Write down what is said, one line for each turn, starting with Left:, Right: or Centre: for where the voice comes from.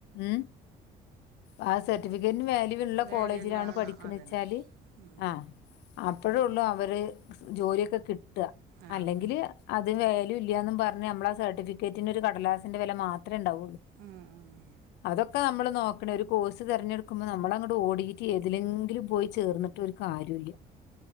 Left: ഉം ആഹ് സർട്ടിഫിക്കറ്റിന് വാല്യൂള്ള
Right: വാല്യുള്ള
Left: കോളേജിലാണ്
Right: ആണോ
Left: പഠിക്കണച്ചാല്
Right: അതന്നെ ഉം
Left: ആ ഹ് അപ്പൊഴെ ഉള്ളൂ അവര് ജോലിയൊക്കെ കി
Right: ആ
Left: അല്ലെങ്കിൽ
Right: ആ
Left: അത് വല്യൂല്ലാന്നുംപറഞ്ഞ് മ്മള ആഹ് സർട്ടിഫി ഫിക്കേറ്റിനൊരു കടലാസിന്റെ വില മാത്രമേ ഉണ്ടാവുള്ളൂ
Right: ഉം ഉം
Left: അതൊക്കെ നമ്മള് നോക്കെണ ഒരു കോഴ്സ്തിരഞ്ഞെടുക്കുമ്പോൾ നമ്മളങ്ങോ ഓടിയിട്ട് ഏതിലെങ്കിലും പോയി ചേർന്നിട്ട് ഒരു കാര്യവില്ല